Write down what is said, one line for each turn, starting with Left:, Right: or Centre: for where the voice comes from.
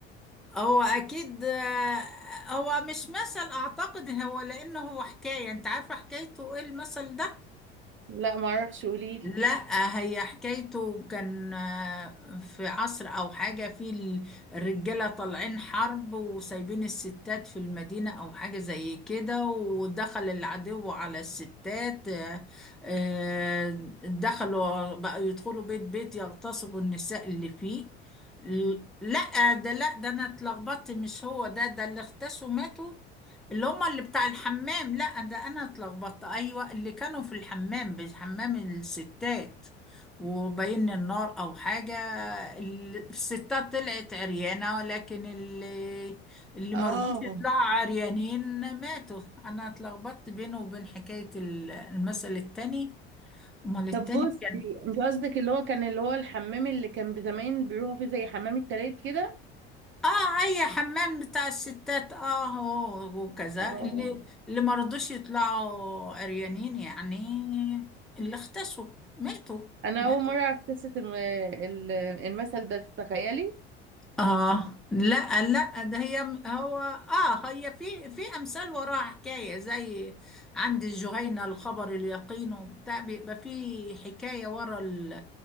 Centre: هو أكيد آه، هو مش مثل أعتقد هو لأنه هو حكاية أنت عارفة حكايته إيه المثل ده
Right: لا ما اعرفش قوليلي
Centre: لا هي حكايته كان آه، في عصر او حاجة في ال- الرجالة طالعين حرب وسايبين الستات في المدينة او حاجة زي كده ودخل العدو على الستات آه، آه، دخلوا بقى يدخلوا بيت بيت يغتصبوا النساء اللي فيه ل- لا ده لا ده انا اتلخبطت مش هو ده ده اللي اغتصوا ماتوا اللي هما اللي بتاع الحمام لا ده انا اتلخبطت ايوه اللي كانوا في الحمام بج- حمام الستات وبين النار او حاجه ال- الستات طلعت عريانه ولكن اللي اللي مرضوش
Right: اه
Centre: يطلعوا عريانين ماتوا انا اتلخبطت بينه وبين حكايه ال- المثل التاني امال التاني
Right: طب بصي
Centre: كان
Right: انت قصدك اللي هو كان اللي هو الحمام اللي كان زمان بيروحوا فيه زي حمام التلات كده
Centre: اه اي حمام بتاع الستات اه هو وكذا
Right: اه
Centre: اللي اللي ما رضوش يطلعوا عريانين يعني اللي اختسوا ماتوا
Right: انا
Centre: ماتوا
Right: اول مره اعرف قصه الم- ال- المثل ده تخيلي
Centre: اه لا لا ده هي هو اه هي في في امثال وراها حكايه زي عند الجهينه الخبر اليقين وبتاع بيبقى في حكايه ورا ال-